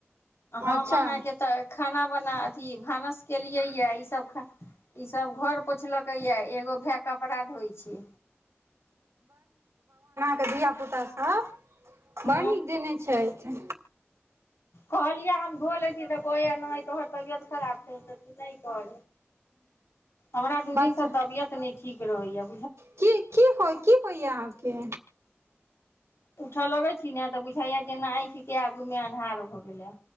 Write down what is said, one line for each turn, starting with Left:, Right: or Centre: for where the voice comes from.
Left: हम
Right: अच्छा
Left: अहाँके तऽ खाना बना अथी भानस केलियै यऽ ई सब ख ई सब घर पोछलक या एगो भाय कपरा धोइ छै
Right: के धियापुतासभ
Left: ह
Right: बड़ नीक देने छथि
Left: कहलियै हम धोलै छी तऽ कहै या नै तोहर तबियत खराब छौ त तू नहि कर हमरा दू
Right: बच्चा
Left: दिन से तबियत नहि ठीक फरोहिए
Right: की की हो की होइया आहाँके
Left: उठऽ लगे छी ने तऽ बुझाइया जे न आँखिके आगू मे अन्हार भऽ गेले